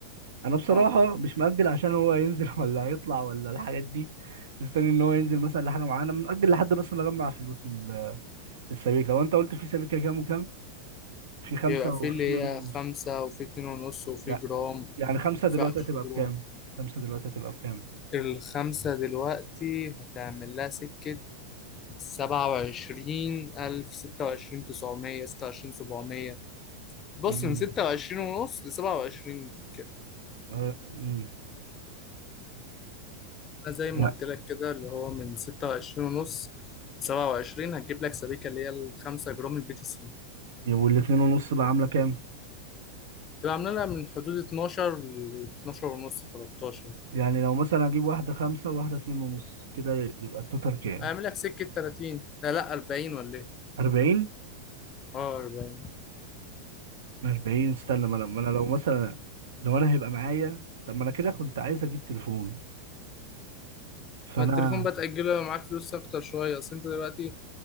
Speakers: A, on the right; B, on the left.
A: انا بصراحة
B: اه
A: مش مأجل عشان هو ينزل <laughs> ولا هيطلع ولا الحاجات دي مستني ان هو ينزل مثلا لحاجة معينة مأجل لحد بس ما اجمع فلوس ال- السبيكة وانت قلت في سبيكة كام وكام؟ في خمسة
B: بيبقى في
A: وفي
B: اللي
A: اتنين
B: هي
A: ونص
B: خمسة وفي اتنين ونص وفي
A: يعني
B: جرام
A: يعني خمسة دلوقتي
B: وفيها 10
A: هتبقى
B: جرام
A: بكام؟ خمسة دلوقتي هتبقى بكام؟
B: الخمسة دلوقتي هتعمل لها سكة سبعة وعشرين ألف ستة وعشرين تسعمية ستة وعشرين سبعمية بص
A: امم
B: من ستة وعشرين ونص لسبعة وعشرين كده
A: آه، امم
B: أنا زي ما
A: يعني
B: قلت لك كده اللي هو من ستة وعشرين ونص لسبعة وعشرين هتجيب لك سبيكة اللي هي الخمسة جرام البي تي سي
A: والاتنين ونص بقى عاملة كام؟
B: تبقى عاملة لها من حدود اتناشر لاتناشر ونص تلاتاشر
A: يعني لو مثلا أجيب واحدة خمسة وواحدة اتنين ونص كده يبقى التوتال كام؟
B: هيعمل لك سكة تلاتين لا لا أربعين ولا إيه؟
A: أربعين؟
B: اه أربعين
A: أربعين استنى ما أنا ما أنا لو مثلا لو أنا هيبقى معايا طب ما أنا كده كنت عايز أجيب تليفون فأنا
B: ما التليفون بقى تأجله لو معاك فلوس أكتر شوية أصل أنت دلوقتي